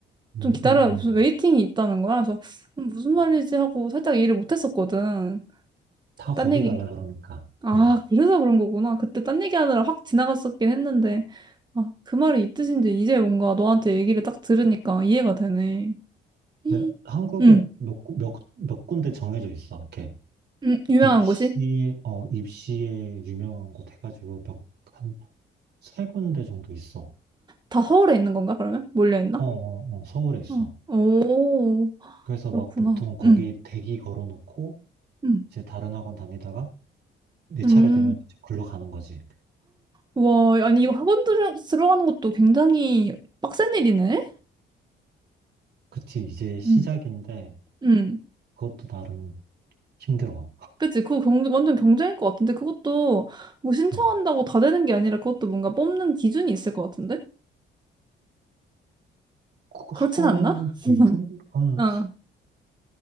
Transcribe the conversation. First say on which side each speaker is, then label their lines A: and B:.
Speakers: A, on the right (about 55°); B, on the right (about 20°).
A: 음,
B: 좀 기다려,
A: 음, 음.
B: 무슨 웨이팅이 있다는 거야. 그래서 음, 무슨 말이지 하고 살짝 이해를 못했었거든.
A: 다
B: 딴
A: 거기
B: 얘기.
A: 갈라 아, 그러니까.
B: 아,
A: 어.
B: 그래서 그런 거구나. 그때 딴 얘기하느라 확 지나갔었긴 했는데. 아, 그 말이 이 뜻인지 이제 뭔가 너한테 얘기를 딱 들으니까 이해가 되네.
A: 이제
B: 음.
A: 한국에
B: 음,
A: 몇, 구- 몇, 몇 군데 정해져 있어. 이렇게
B: 음, 유명한
A: 입시에,
B: 곳이?
A: 어, 입시에 유명한 곳 해가지고 몇, 한 세 군데 정도 있어.
B: 다 서울에 있는 건가, 그러면? 몰려있나?
A: 어, 어, 어, 서울에 있어.
B: 어. 오,
A: 그래서
B: 그렇구나.
A: 막 보통 거기
B: 음,
A: 대기 걸어놓고
B: 음,
A: 이제 다른 학원 다니다가 내 차례
B: 음.
A: 되면 이제 글로 가는 거지.
B: 와, 아니, 이거 학원 들- 들어가는 것도 굉장히 빡센 일이네?
A: 그치, 이제 시작인데
B: 음, 음.
A: 그것도 나름 힘들어.
B: 그치? 그거 경, 완전 경쟁일 것 같은데 그것도 뭐 신청한다고
A: 어,
B: 다 되는 게 아니라 그것도 뭔가 뽑는 기준이 있을 것 같은데?
A: 그 학원
B: 그렇진 않나?
A: 기준? 음,
B: 어.